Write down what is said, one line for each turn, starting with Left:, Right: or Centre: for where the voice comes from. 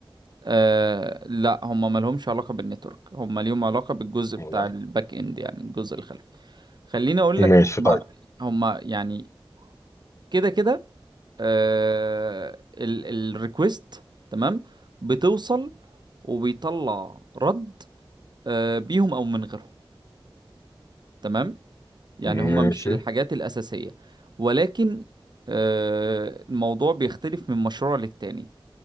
Right: آه لا هم مالهمش علاقه بالنتورك هم ليهم علاقه بالجزء بتاع
Left: والله
Right: الباك اند يعني الجزء الخلفي خليني اقول
Left: ماشي
Right: لك هم
Left: طيب
Right: هم يعني كده كده آه الريكوست تمام بتوصل وبيطلع رد آه بيهم او من غيرهم تمام يعني
Left: ماشي
Right: هما مش الحاجات الاساسيه ولكن آه الموضوع بيختلف من مشروع للتاني